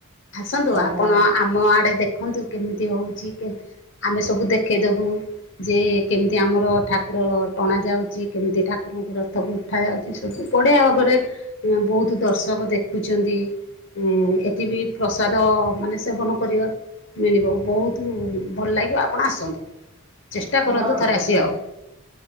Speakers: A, on the left; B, on the right.
A: ଆସନ୍ତୁ
B: ତମ
A: ଆପଣ
B: ଆଡେ
A: ଆମ ଆଡେ ଦେଖନ୍ତୁ କେମିତି ହଉଛି କେ ଆମେ ସବୁ ଦେଖେଇଦବୁ ଯେ କେମିତି ଆମର ଠାକୁର ଟଣା ଯାଉଛି କେମିତି ଠାକୁର ରଥକୁ ଉଠା ଯାଉଛି ସବୁ ବଢିଆ ଭାବରେ ବହୁତ ଦର୍ଶକ ଦେଖୁଛନ୍ତି। ଉଁ ଏଠି ବିି ପ୍ରସାଦ ମାନେ ସେବନ କରିବା ମିଳିବ ବହୁତ ଭଲ ଲାଗିବ ଆପଣ ଆସନ୍ତୁ। ଚେଷ୍ଟା
B: ହଁ
A: କରନ୍ତୁ ଥରେ ଆସିବାକୁ